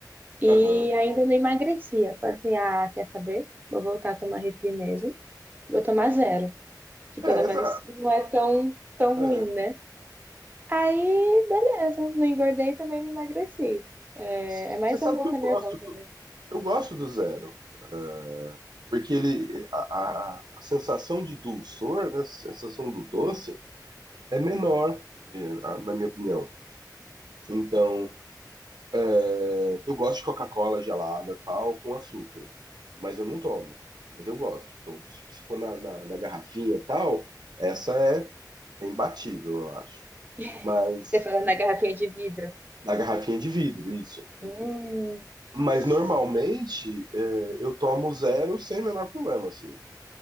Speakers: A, on the right; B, on the right.
A: E
B: Aham.
A: ainda não emagrecia. Falei assim, ah, quer saber? Vou voltar a tomar refri mesmo. Vou tomar zero, que pelo
B: É,
A: menos
B: exato.
A: não é tão, tão
B: É.
A: ruim, né? Aí, beleza, não engordei e também não emagreci. É,
B: C-
A: é mais
B: Você sabe
A: a boca
B: que eu gosto
A: nervosa
B: do,
A: mesmo.
B: eu gosto do zero. É. porque ele, a, a, a sensação de dulçor, né, a sensação do doce, é menor, eh, na minha opinião. Então, eh, eu gosto de Coca-Cola gelada, tal, com açúcar, mas eu não tomo, mas eu gosto. Então, se se for na, na, na garrafinha, tal, essa é, é imbatível, eu acho.
A: <laughs>
B: Mas
A: Você falando na garrafinha de vidro.
B: na garrafinha de vidro, isso.
A: Hum.
B: Mas
A: Nossa.
B: normalmente eh, eu tomo zero sem o menor problema, assim.